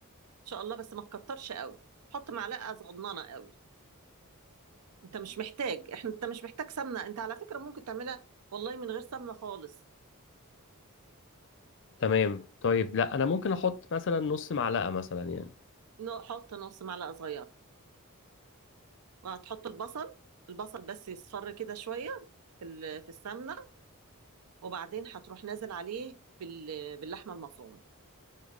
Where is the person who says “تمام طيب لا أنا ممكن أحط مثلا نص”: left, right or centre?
Left